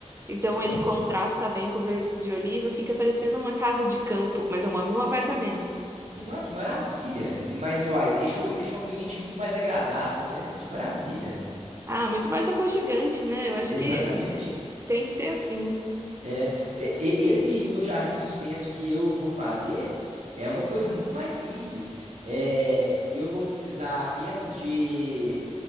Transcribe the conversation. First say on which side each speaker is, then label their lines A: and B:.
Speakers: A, on the right (about 25°); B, on the right (about 75°).
A: Então
B: Nossa,
A: ele contrasta bem com o verde oliva, fica parecendo uma casa de campo, mas eu moro num apartamento.
B: que, nó, que maravilha. Mas, uai, deixa, o- deixa o ambiente muito mais agradável, né? Que maravilha.
A: Ah, muito mais aconchegante, né? Eu acho
B: Exatamente.
A: que é, tem que ser assim.
B: É, e- e- esse meu jardim suspenso que eu vou fazer é uma coisa muito mais simples. É, eu vou precisar apenas de